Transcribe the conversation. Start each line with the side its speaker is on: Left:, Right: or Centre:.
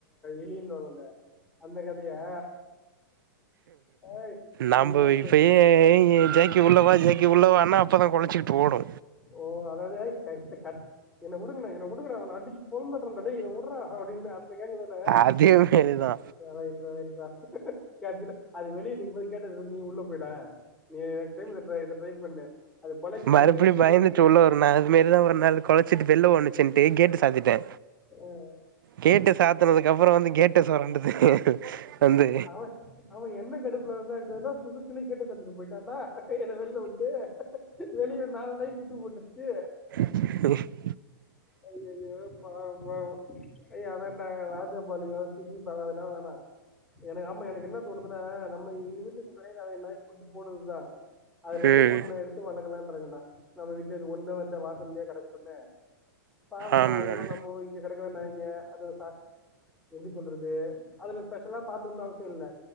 Centre: எலின்னு வரும்ல அந்த கதையா ஏய் அந்த
Right: நம்ப
Centre: இவன் இப்ப
Right: இப்பயே
Centre: இந்த
Right: ஜாக் கி உள்ள வா ஜாக்கி உள்ளவானா அப்போதா கொலச்சிகிட்டு ஓடு,
Centre: ஓ அதாவது கயத்த கட் என்ன வுடுங்கனா என்ன வுடுங்கடா அவ அடிச்சு பொளந்துட்ற அடோய் என்ன வுட்றா அப்டின்னு அந்த கேங்குதான
Right: அதே மாரிதா
Centre: ரைட் ரா ரைட் ரா, கடைசில அது வெளியே நிக்கும்போது கேட்ட தொறந்து நீ உள்ள போய்ட எனக் ட்ரை பண்ணுடா இத ட்ரை பண்ணு அது பழக்கும்
Right: மறுபடியு
Centre: போது வெளியில
Right: பயந்துட்டு
Centre: விட்டு
Right: உள்ள வரு நா இ துமேரிதா ஒரு நாள் கொலச்சிட்டு வெள்ல ஒடுனுசின்ட்டு கேட்டு சாத்திட்டே
Centre: ம்
Right: கேட்ட சாத்துனதுக்கு அப்பறோ வந்து கேட்ட சொரண்டுது வந்து
Centre: அவ அவ என்ன கடுப்புல இருந்தானு தெரில பொசுக்குன்னு கேட்ட சாத்திட்டு போயிட்டாண்டா போய்ட்டா என்ன வெளில வுட்டு வெளிய ஒரு நாலு நாய் சுத்து போட்டுருச்சு
Right: ஹ <unintelligible>
Centre: ஐய்யய்யே பாவம் பாவம் ஏய் அதான்டா ராஜபாளயோ, சிப்பிபாற அதெல்லா வேணா எனக்கு ஆமா எனக்கு என்ன தோணுதுனா நம்ம எங்க வீட்டுக்கு முன்னடியே நறைய நாய் குட்டி போடுதுதா அதுலுந்து
Right: ம்
Centre: ஒண்ண எடுத்து வளக்கலான்ட்ருக்கடா நம்ம வீட்ல வெச்சு ஒண்ணா வந்து வாசல்லியே கடக்கட்டுமே பாவோ
Right: ஆமாம்
Centre: அது ஒன்னு நம்ம ஒதுக்கி கிடக்குற நாய்ங்க அது சாப் எப்டி சொல்றதே அதுல ஸ்பெஷலா பாத்துக்கனு அவசியு இல்ல